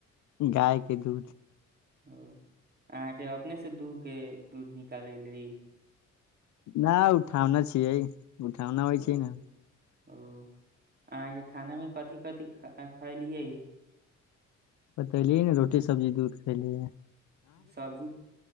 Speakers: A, on the left (about 70°); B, on the right (about 30°).
A: गाय के दूध
B: ओ अहाँके अपनेसँ दूहके दूध निकालै ल
A: नहि उठौने छियै उठौना होइ
B: ओ
A: छै ने
B: ओ अहाँके खाना में कथिी कथिी ख खलियै
A: बतैेली ने रोटी सब्जी दूध खयली
B: सब्जी